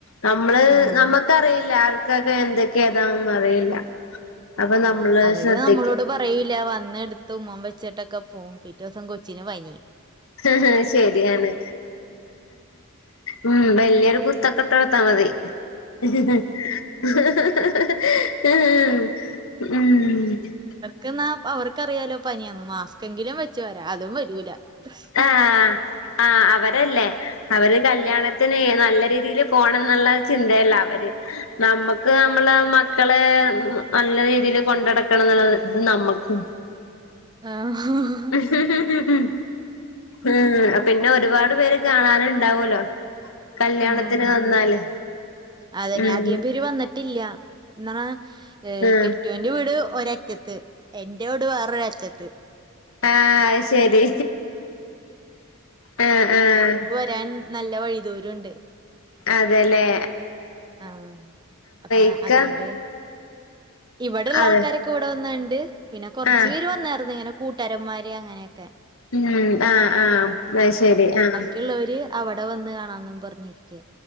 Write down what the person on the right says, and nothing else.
ആഹ്
അതന്നെ
അവര്
നമ്മളോട് പ റയൂല്ല. വന്ന് എടുത്ത് ഉമ്മ വെച്ചിട്ടൊക്കെ പോവും പിറ്റോസം കൊച്ചിന് പനി.
ക് ന്നാ അവർക്കറിയാലോ പനിയാന്ന് മാസ്ക്കെങ്കിലും വെച്ച് വരാ അതും വരൂല. ശ
ആ ഹു ഹു
ഉം
അതന്നെ
അധികം പേര് വന്നിട്ടില്ല. ഇന്നണ
കെ ട്ട്യോന്റെ വീട് ഒരറ്റത്ത്, എന്റെ വീട് വേറൊരറ്റത്ത്.
രാൻ നല്ല വൈദൂരൊണ്ട്.
ആഹ് അപ്പാ
അതുകൊണ്ട്. ഇവിടെള്ള
ആൾക്കാരെ ക്ക ഇവിടെ വന്ന് കണ്ട്. പിന്നെ കൊറച്ചു
പേര് വന്നായിരുന്ന് ഇങ്ങനെ കൂട്ടാരന്മാര് അങ്ങനെയൊക്കെ.
ക്കിള്ളവര് അവടെ വന്ന് കാണാന്നും പറഞ്ഞിരിക്ക്യാ.